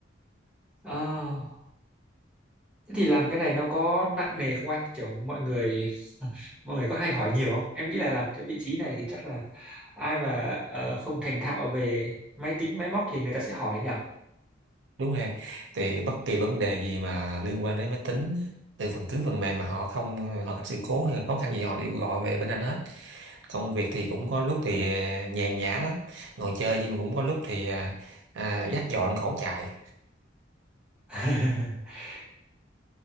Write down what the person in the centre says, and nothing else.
à, thế thì làm cái này nó có nặng nề không anh kiểu mọi người mọi người có hay hỏi nhiều không em nghĩ là làm cái vị trí này thì chắc là ai mà ờ, không thành thạo về máy tính máy móc thì người ta sẽ hỏi nhỉ
<laughs>